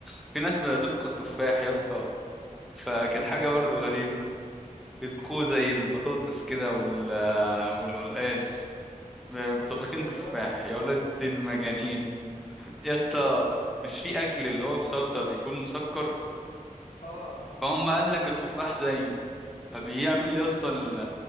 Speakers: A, in the centre; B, on the left.
A: في ناس بتطبخ التفاح يا اسطى فكانت
B: ما بيطبخوش
A: حاجة
B: ازاي
A: برضو
B: ده
A: غريبة بيطبخوه زي البطاطس كده وال والقلقاس بطبخين
B: ده ازاي
A: تفاح
B: ده بقى
A: يا ولاد المجانين يا اسطى مش في اكل اللي هو بصلصه بيكون مسكر
B: اه
A: فهم قال لك التفاح زيه فبيعمل يا اسطى ال-